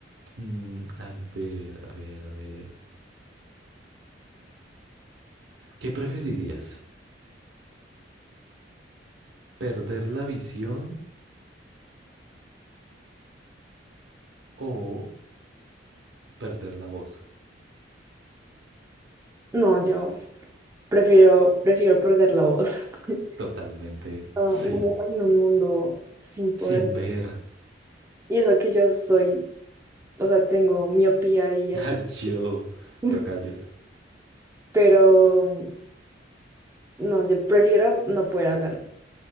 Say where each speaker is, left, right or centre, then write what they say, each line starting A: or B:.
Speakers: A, on the right; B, on the right.
A: Mm, a ver, a ver, a ver. ¿Qué preferirías? ¿Perder la visión o perder la voz?
B: No, yo prefiero, prefiero perder la voz. <laughs>
A: Totalmente
B: No,
A: sin,
B: no me imagino un mundo sin poder.
A: sin ver.
B: Y eso que yo soy, o sea, tengo miopía y
A: <laughs>
B: así,
A: A yo,
B: <laughs>
A: tocayos.
B: pero no, yo prefiero no poder hablar.